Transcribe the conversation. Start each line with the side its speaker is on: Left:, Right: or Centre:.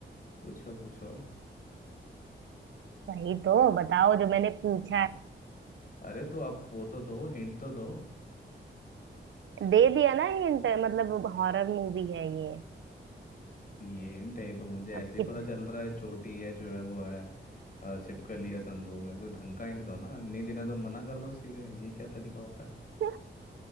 Left: पूछो पूछो
Right: वही तो बताओ जो मैंने पूछा
Left: अरे तो आप वो तो दो हिंट तो दो
Right: दे दिया ना हिंट मतलब हॉरर मूवी है ये
Left: ये हिंट है ये तो मुझे
Right: अब
Left: ऐसे ही
Right: कितना
Left: पता चल रहा है चोटी है जो है वो है अ, छिपकली है संदूक है कोई ढंग का हिंट दो ना नहीं देना तो मना कर दो सीधे ये क्या तरीका होता है
Right: <laughs>